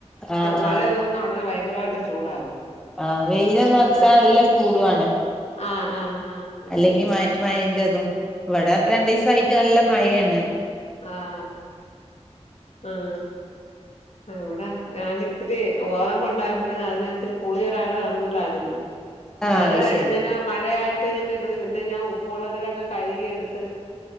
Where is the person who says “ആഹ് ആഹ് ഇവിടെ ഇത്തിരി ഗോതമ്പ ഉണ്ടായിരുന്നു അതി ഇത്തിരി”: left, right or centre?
Left